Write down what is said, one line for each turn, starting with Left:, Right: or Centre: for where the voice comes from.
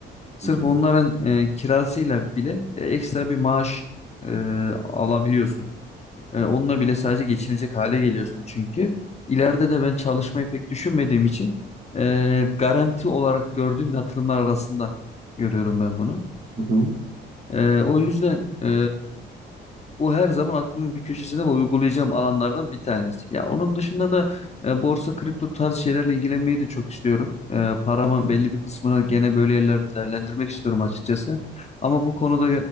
Left: Sırf
Right: Hı hı.
Left: onların e, kirasıyla bile e, ekstra bir maaş e, alabiliyorsun. E, onunla bile sadece geçinecek hale geliyorsun çünkü. ileride de ben çalışmayı pek düşünmediğim için e, garanti olarak gördüğüm yatırımlar arasında görüyorum ben bunu.
Right: Hı hı.
Left: E, o yüzden e, o her zaman aklımın bir köşesinde ve uygulayacağım alanlardan bir tanesi. Ya onun dışında da e, borsa, kripto tarz şeylerle ilgilenmeyi de çok istiyorum. E, paramı belli bir kısmını gene böyle yerlerde değerlendirmek istiyorum açıkçası. Ama bu konuda